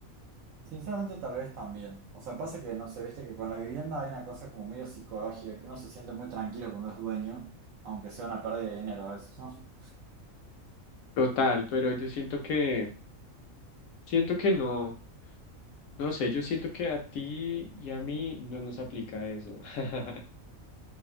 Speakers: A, on the right; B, on the left.
A: Sinceramente, tal vez también. O sea, pasa que, no sé, viste que con la vivienda hay una cosa como medio psicológica, que uno se siente muy tranquilo cuando es dueño, aunque sea una pérdida de dinero a veces, ¿no?
B: Total, pero yo siento que, siento que no, no sé, yo siento que a ti y a mí no nos aplica eso. <laughs>